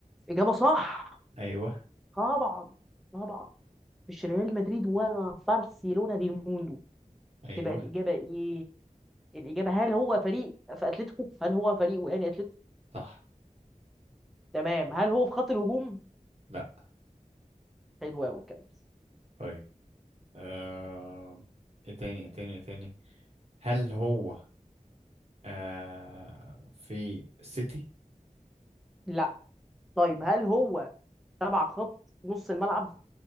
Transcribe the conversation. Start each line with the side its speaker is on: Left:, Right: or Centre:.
Centre: اجابه صح
Right: ايوه
Centre: طبعا طبعا مش ريال مدريد ولا برشلونه دي الموندو
Right: ايوه
Centre: تبقى الاجابه ايه الاجابه هل هو فريق في اتلتيكو هل هو فريق وقاني اتلتيكو
Right: صح
Centre: تمام هل هو في خط الهجوم
Right: لا
Centre: حلو قوي الكلام
Right: طيب آه ايه تاني ايه تاني ايه تاني هل هو آه في سيتي
Centre: لا طيب هل هو تبع خط نص الملعب